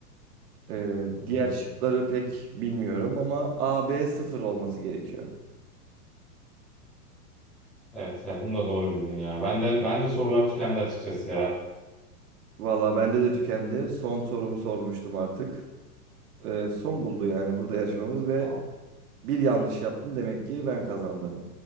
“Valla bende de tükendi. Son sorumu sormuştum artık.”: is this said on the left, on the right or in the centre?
Right